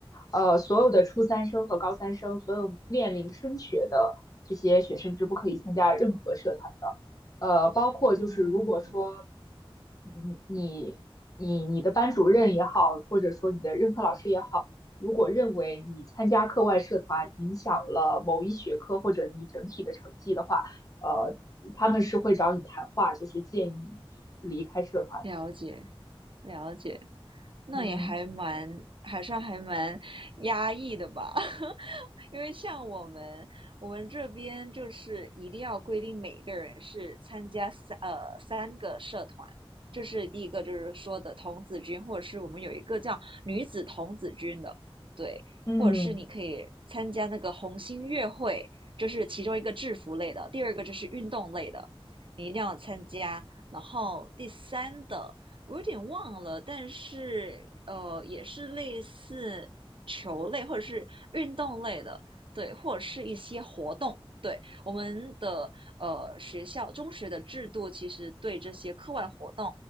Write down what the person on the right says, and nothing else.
嗯，
了解，了解，那也还蛮，
还算还蛮压抑的吧。<laughs> 因为像我们，我们这边就是一定要规定每个人是参加三呃三个社团，这是第一个，就是说的童子军，或者是我们有一个叫女子童子军的，对，
或者是你可以参加那个红星乐会，这是其中一个制服类的，第二个就是运动类的，你一定要参加，然后第三的我有点忘了，但是呃也是类似。球类或者是运动类的，对，或者是一些活动。对，我们的呃学校中学的制度，其实对这些课外活动，